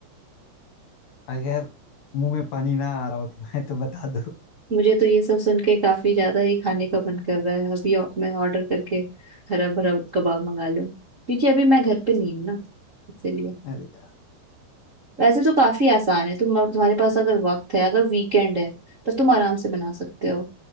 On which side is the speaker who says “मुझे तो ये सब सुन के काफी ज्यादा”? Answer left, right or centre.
Right